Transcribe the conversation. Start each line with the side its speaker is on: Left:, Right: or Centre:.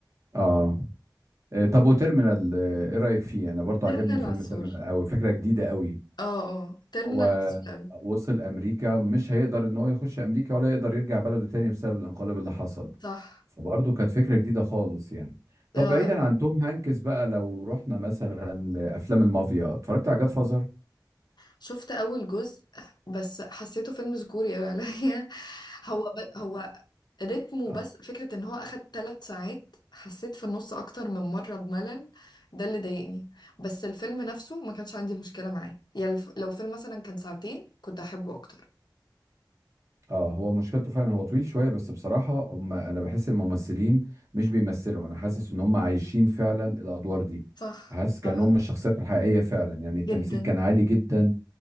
Right: اه إيه، طب وتيرمينال آه، ايه رأيك فيه انا برضو
Left: تيرمينال
Right: عجبني فيلم
Left: عسول
Right: تيرمينال قوي فكرة جديدة قوي
Left: اه اه تيرمينال
Right: هو
Left: عسول اوي
Right: وصل امريكا مش هيقدر ان هو يخش امريكا ولا يقدر يرجع بلده تاني بسبب الانقلاب اللي حصل
Left: صح
Right: فبرضه كانت فكرة جديدة خالص يعني طب
Left: اه
Right: بعيدا عن توم هانكس بقى لو رحنا مثلا لافلام المافيا اتفرجت على جاد فازر
Left: شفت اول جزء بس حسيته فيلم ذكوري قوي عليا <laughs> هو ب... هو رتمه
Right: <laughs>
Left: بس فكرة ان هو اخد ثلاث ساعات حسيت في النص اكتر من مرة بملل ده اللي ضايقني بس الفيلم نفسه ما كانش عندي مشكلة معاه يعني الف... لو فيلم مثلا كان ساعتين كنت احبه اكتر
Right: اه هو مشكلته فعلا هو طويل شويه بس بصراحه هم انا بحس الممثلين مش بيمثلوا انا حاسس ان هم عايشين فعلا الادوار دي
Left: صح
Right: حاسس كانهم
Left: صح
Right: الشخصيات الحقيقيه فعلا يعني التمثيل
Left: جدا
Right: كان عالي جدا